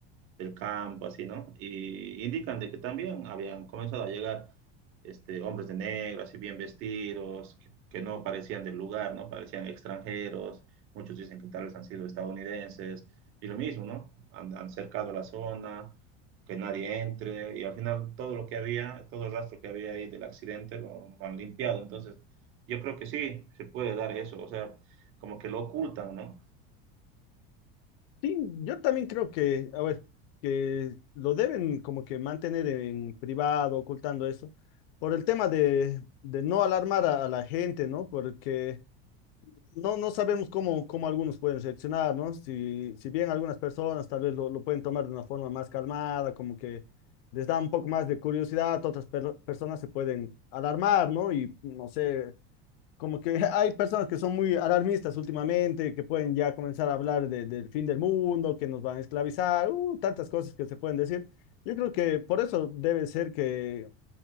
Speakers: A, on the right; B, on the left.
A: del campo, así, ¿no? Y indican de que también habían comenzado a llegar este, hombres de negro, así bien vestidos, que, que no parecían del lugar, ¿no? Parecían extranjeros, muchos dicen que tal vez han sido estadounidenses, y lo mismo, ¿no? Han, han cercado la zona, que nadie entre, y al final todo lo que había, todo el rastro que había ahí del accidente lo, lo han limpiado, entonces yo creo que sí, se puede dar eso, o sea, como que lo ocultan, ¿no?
B: Sí, yo también creo que, a ver, que lo deben como que mantener en privado, ocultando eso, por el tema de, de no alarmar a, a la gente, ¿no? Porque no, no sabemos cómo, cómo algunos pueden reaccionar, ¿no? Si, si bien algunas personas tal vez lo, lo pueden tomar de una forma más calmada, como que les da un poco más de curiosidad, otras per- personas se pueden alarmar, ¿no? Y no sé, como que <laughs> hay personas que son muy alarmistas últimamente, que pueden ya comenzar a hablar de- del fin del mundo, que nos van a esclavizar, uh, tantas cosas que se pueden decir. Yo creo que por eso debe ser que,